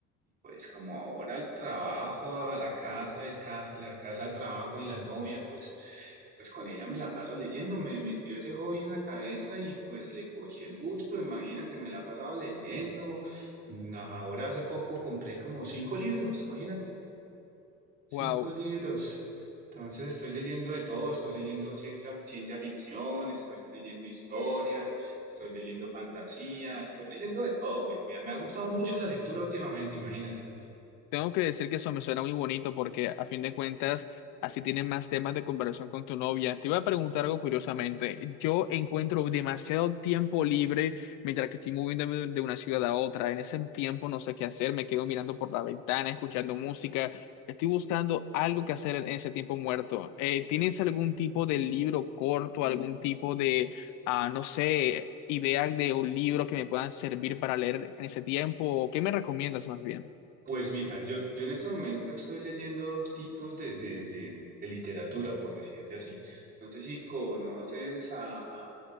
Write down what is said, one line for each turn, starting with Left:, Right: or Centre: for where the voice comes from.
Right: pues como ahora el trabajo, a la casa, el ca- la casa al trabajo y la novia, pues, pues con ella me la paso leyendo, me metió ese hobby en la cabeza y pues le cogí el gusto, imagínate, me la he pasado leyendo. Na- Ahora hace poco compré como cinco libros, imagínate. Cinco
Left: Wow.
Right: libros. Entonces estoy leyendo de todo, estoy leyendo ciencia, ciencia ficción, estoy leyendo historia, estoy leyendo fantasía, estoy leyendo de todo. Me, me- me ha gustado mucho la lectura últimamente, imagínate.
Left: Tengo que decir que eso me suena muy bonito porque a fin de cuentas así tienes más temas de conversación con tu novia. Te iba a preguntar algo curiosamente. Yo encuentro demasiado tiempo libre mientras que estoy moviéndome de de una ciudad a otra. En ese tiempo no sé qué hacer, me quedo mirando por la ventana, escuchando música. Estoy buscando algo que hacer en ese tiempo muerto. Eh, ¿tienes algún tipo de libro corto, algún tipo de, ah, no sé, idea de un libro que me puedan servir para leer en ese tiempo? ¿O qué me recomiendas más bien?
Right: Pues mira, yo, yo en este momento estoy leyendo dos tipos de, de- de- de literatura, por decirte así. No sé si conoces a, a,